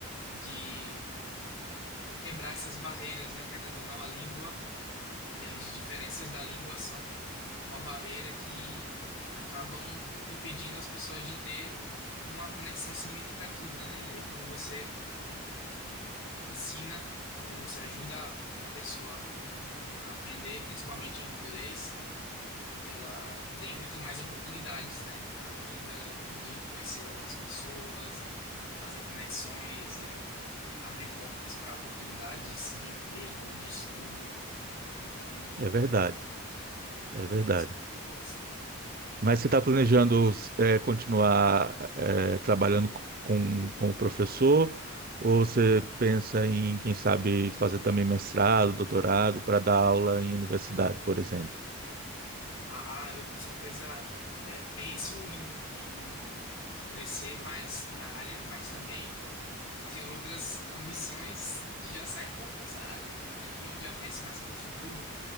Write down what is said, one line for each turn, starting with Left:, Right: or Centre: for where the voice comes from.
Left: de quebrar essas barreiras, né? Querendo ou não, a língua E as diferenças da língua são uma barreira que acabam impedindo as pessoas de ter uma conexão significativa, né? E aí quando você ensina ou quando você ajuda uma pessoa é, a aprender, principalmente em inglês, ela tem muito mais oportunidades, né? Na vida de conhecer outras pessoas, fazer conexões, é, abrir portas para oportunidades de emprego, de estudo. Então
Right: É verdade,
Left: eu
Right: é verdade.
Left: vejo isso como propósito.
Right: Mas você está planejando é, continuar é, trabalhando co- com, como professor, ou você pensa em, quem sabe, fazer também mestrado, doutorado, para dar aula em universidade, por exemplo?
Left: Ah, eu com certeza é, penso em, em crescer mais na área, mas também eu tenho outras ambições que já saem um pouco dessa área. Aí eu já penso mais para o futuro.